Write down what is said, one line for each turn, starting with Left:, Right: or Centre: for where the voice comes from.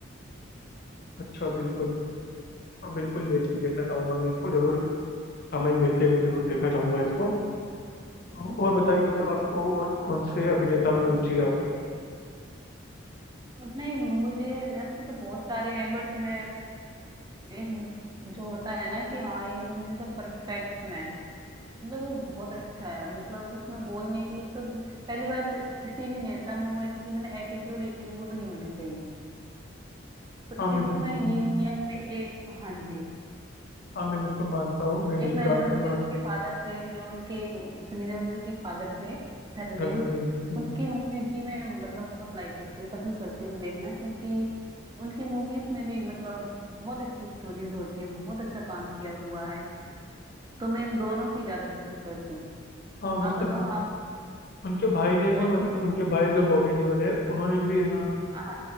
Left: अच्छा बिल्कुल हाँ बिल्कुल देख देखना चाहूंगा मैं इसको जरूर समय मिलते हैं मैं जरूर देखना चाहूंगा इसको तो और
Right: हम्म,
Left: बताइए मतलब
Right: हाँ जी
Left: आपको और कौन से अभिनेता में रुचि है आपकी
Right: नहीं मुझे ऐसे तो बहुत सारे हैं बट मैं एक जो होता है ना कि हाँ ये द परफेक्ट मैन मतलब वो बहुत अच्छा है मतलब उसमें बोलने की एक तो पहली बात किसी भी नेता में हो या किसी में ना एटीट्यूड ईगो नहीं होने चाहिए तो
Left: हाँ मैं
Right: इसमें
Left: बिल्कुल
Right: ये नहीं है मैं एक हाँ जी
Left: हाँ मैं बिल्कुल मानता हूँ मैं
Right: एक
Left: बिल्कुल
Right: मैं
Left: आपके
Right: जो उनके
Left: बात
Right: उनके फादर थे जो उनके एक सुनी देओल जी के फादर थे धर्मेंद्र
Left: धर्मेंद्र जी हम्म,
Right: उनकी मूवी भी मैं मतलब बहुत लाइक करती हूँ पसंद करती हूँ देखना क्योंकि उनकी मूवीज में भी मतलब बहुत अच्छी स्टोरीज होती है बहुत अच्छा काम किया हुआ है तो मैं दोनों की ज्यादा पसंद करती हूँ
Left: हाँ मतलब
Right: आप बताओ आप
Left: उनके भाई ने
Right: और
Left: भी मतलब
Right: किसी
Left: उनके भाई जो बॉबी लियोल है उन्होंने भी है ना
Right: हाँ